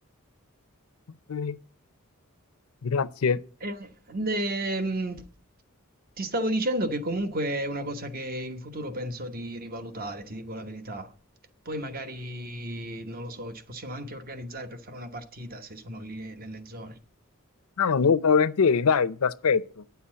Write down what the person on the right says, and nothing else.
Eh, ne- mh, ti stavo dicendo che comunque è una cosa che in futuro penso di rivalutare, ti dico la verità. Poi magari, non lo so, ci possiamo anche organizzare per fare una partita se sono lì nelle zone. Ci